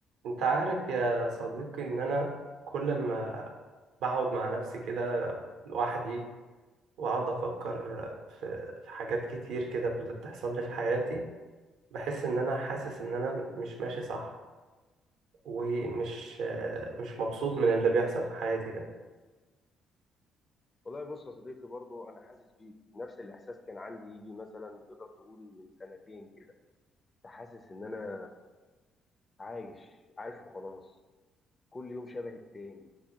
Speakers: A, on the right (about 70°); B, on the left (about 30°).
A: انت عارف يا صديقي ان انا كل ما بقعد مع نفسي كده لوحدي واقعد افكر في في حاجات كتير كده اللي بتحصل لي في حياتي بحس ان انا حاسس ان انا مش ماشي صح ومش مش مبسوط
B: بص
A: من اللي بيحصل في حياتي ده
B: والله بص يا صديقي برضو انا حاسس بيك نفس الاحساس كان عندي يجي مثلا تقدر تقول من سنتين كده كنت حاسس ان انا عايش عايش وخلاص كل يوم شبه التاني